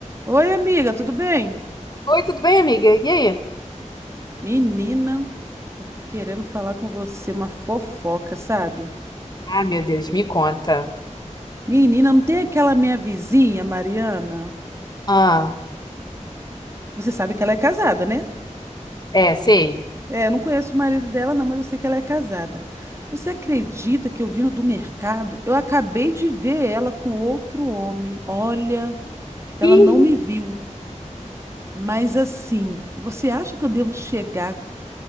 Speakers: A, on the right; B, on the left.
A: Oi, amiga, tudo bem?
B: Oi, tudo bem, amiga? E aí?
A: Menina, tô querendo falar com você uma fofoca, sabe?
B: Ah, meu Deus, me conta.
A: Menina, não tem aquela minha vizinha, Mariana?
B: Ah,
A: Você sabe que ela é casada, né?
B: é, sei.
A: É, eu não conheço o marido dela, não, mas eu sei que ela é casada. Você acredita que eu vindo do mercado, eu acabei de ver ela com outro homem? Olha, ela
B: Ih,
A: não me viu. Mas assim, você acha que eu devo chegar?